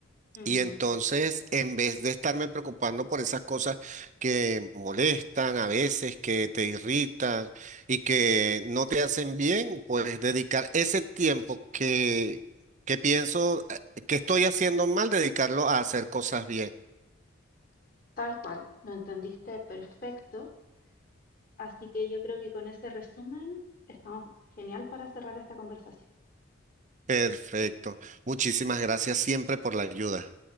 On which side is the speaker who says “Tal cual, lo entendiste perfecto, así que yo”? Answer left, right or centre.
Left